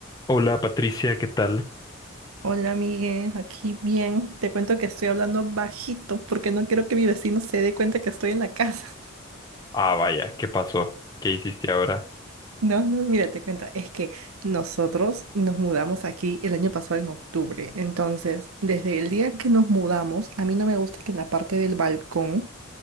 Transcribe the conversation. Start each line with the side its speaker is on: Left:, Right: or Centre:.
Left: Hola Patricia, ¿qué tal?
Right: Hola, Miguel, aquí bien. Te cuento que estoy hablando bajito porque no quiero que mi vecino se dé cuenta que estoy en la casa. <laughs>
Left: Ah, vaya, ¿qué pasó? ¿Qué hiciste ahora?
Right: No, no, mira, te cuento. Es que nosotros nos mudamos aquí el año pasado en octubre. Entonces, desde el día que nos mudamos, a mí no me gusta que en la parte del balcón